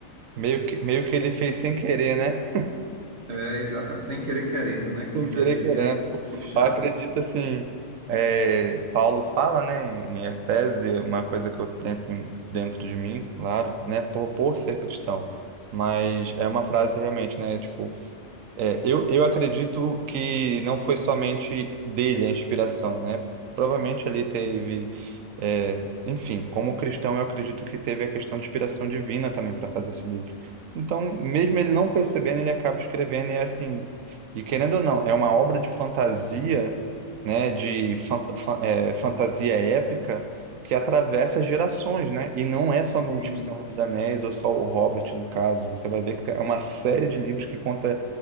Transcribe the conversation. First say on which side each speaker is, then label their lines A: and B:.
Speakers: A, on the right; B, on the right.
A: Meio que, meio que ele fez sem querer, né?
B: É, exata, sem querer querendo, né? Como
A: Sem querer
B: já diria
A: querendo.
B: o Chaves.
A: Eu acredito assim, é, Paulo fala, né, em em Efésios, e é uma coisa que eu tenho assim dentro de mim, claro, né, por, por ser cristão, mas é uma frase realmente, né, tipo, é, eu, eu acredito que não foi somente dele a inspiração, né? Provavelmente ali teve, é, enfim, como cristão, eu acredito que teve a questão de inspiração divina também para fazer esse livro. Então, mesmo ele não percebendo, ele acaba escrevendo e é, assim, e querendo ou não, é uma obra de fantasia, né, de fant- fa- é, fantasia épica que atravessa gerações, né? E não é somente
B: Sim.
A: O Senhor dos Anéis ou só o Hobbit, no caso. Você vai ver que é uma série de livros que conta